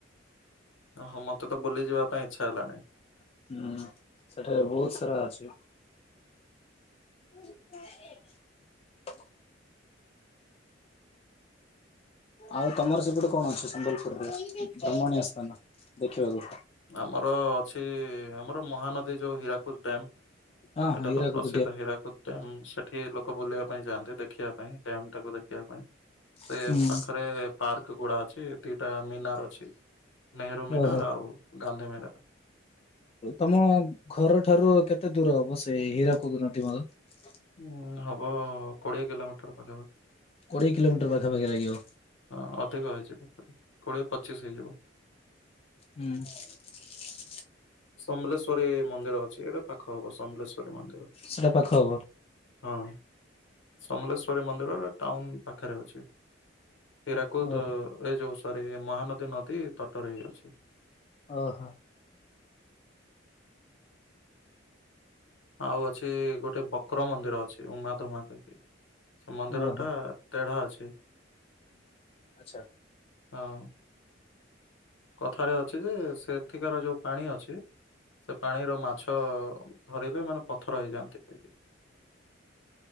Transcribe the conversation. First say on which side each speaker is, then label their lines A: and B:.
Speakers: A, on the left; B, on the left.
A: ଓ ହଁ ମତେ ତ ବୁଲି ଯିବା ପାଇଁ ଇଚ୍ଛା ହେଲାଣି।
B: ହୁଁ ସେଠାରେ ବହୁତ ସାରା ଅଛି। ହ <unintelligible> ଆଉ ତମର ସେପଟୁ କଣ ଅଛି ସମ୍ବଲପୁରରେ ଭ୍ରମଣୀୟ ସ୍ଥାନ ଦେଖିବାକୁ?
A: ଆମର ଅଛି ଆମର ମହାନଦୀ ଯୋଉ ହୀରାକୁଦ ଡ୍ୟାମ୍
B: ହଁ।
A: ଏଇଟା
B: ହଁ ହୀରାକୁଦ
A: ତ ପ୍ରସିଦ୍ଧ ହୀରାକୁଦ ଡ୍ୟାମ୍ ସେଠି ଲୋକ ବୁଲିବା ପାଇଁ ଯାଆନ୍ତି ଦେଖିବା ପାଇଁ ଡ୍ୟାମଟାକୁ ଦେଖ ଦେଖିବା ପାଇଁ ସେ
B: ଡ୍ୟାମ
A: ପାଖରେ ପାର୍କ ଗୁଡା ଅଛି ଦିଟା ମିନାର ଅଛି। ନେହେରୁ
B: ହୁଁ
A: ମୀନାର୍ ଗାନ୍ଧୀ ମୀନାର୍।
B: ତମ ଘର ଠାରୁ କେତେ ଦୂର ହବ ସେ ହୀରା <unintelligible> କୁଦନାହାନ୍ତି ମର
A: ଉଁ ହବ କୋଡିଏ କିଲୋମିଟର ପାଖାପାଖି
B: କୋଡିଏ କିଲୋମିଟର ପାଖାପାଖି ଲାଗିବ
A: ହଁ ଅଧିକା ହୋଇଛି ବାପ୍ ରେ କୋଡିଏ ପଚିଶ ହେଇଯିବ।
B: ହୁଁ
A: ସମଲେସ୍ବରୀ ମନ୍ଦିର ଅଛି, ଏଇଟା ପାଖ ହବ ସମଲେଶ୍ଵରୀ ମନ୍ଦିର
B: ସେଟା ପାଖ ହବ।
A: ହଁ। ସମଲେଶ୍ଵରୀ ମନ୍ଦିର ଟାଉନ ପାଖରେ ଅଛି, ସେଟାକୁ
B: ଓହୋ
A: ଏ ଯୋଉ ମହାନଦୀ ନଦୀ, ତଟରେ ହେଇ ଅଛି।
B: ଓ ହୋ
A: ଆଉ ଅଛି ଗୋଟେ ବକ୍ର ମନ୍ଦିର ଅଛି, ଉମା ଧୁମା କହି ସେ ମନ୍ଦିର
B: ଓହୋ
A: ଟା ତେଢା ଅଛି।
B: ଆଛା
A: ହଁ କଥାରେ ଅଛି ଯେ- ସେଠିକାର ଯୋଉ ପାଣି ଅଛି ସେ ପାଣିର ମାଛ ଧରିଲେ ମାନେ- ପଥର ହେଇଯାଆନ୍ତି <inaudible>